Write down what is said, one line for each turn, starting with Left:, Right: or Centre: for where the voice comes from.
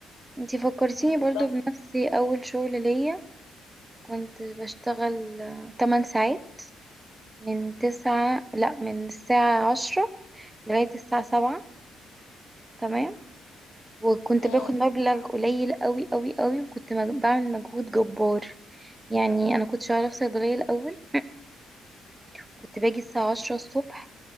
Right: انتي فكرتيني
Left: يعني
Right: برضو
Left: الضغط
Right: بنفسي اول شغل ليا كنت بشتغل آه، 8 ساعات من تسعة لا من الساعة عشرة لغاية الساعة سبعة تمام وكنت
Left: امم
Right: باخد مبلغ قليل قوي قوي قوي وكنت مج- بعمل مجهود جبار يعني انا كنت شغالة في صيدلية الاول <clears throat> كنت باجي الساعة عشرة الصبح